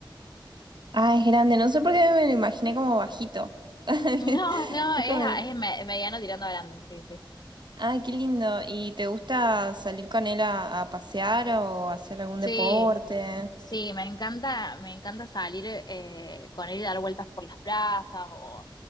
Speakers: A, on the right; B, on the left.
A: Ah, es grande. No sé por qué me lo imaginé como bajito. <laughs>
B: No, no,
A: Es
B: <laughs> es,
A: como... el-
B: es me- mediano tirando a grande, sí, sí.
A: Ay, qué lindo. ¿Y te gusta salir con él a, a pasear o hacer algún
B: Sí,
A: deporte?
B: sí, me encanta, me encanta salir eh, con él y dar vueltas por las plazas o